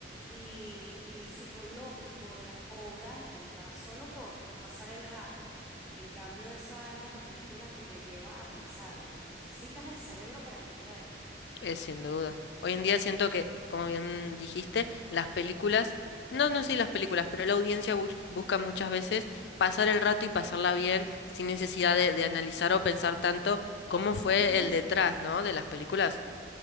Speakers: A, in the centre; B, on the left.
A: Y, y, psicológico de las obras y va solo por, por pasar el rato. En cambio, esa es una película que te lleva a pensar, necesitas el cerebro para entenderla.
B: Es sin duda. Hoy en día siento que, como bien dijiste, las películas, no, no sí las películas, pero la audiencia bu- busca muchas veces pasar el rato y pasarla bien sin necesidad de, de analizar o pensar tanto cómo fue
A: Uh -huh.
B: el detrás, ¿no? de las películas.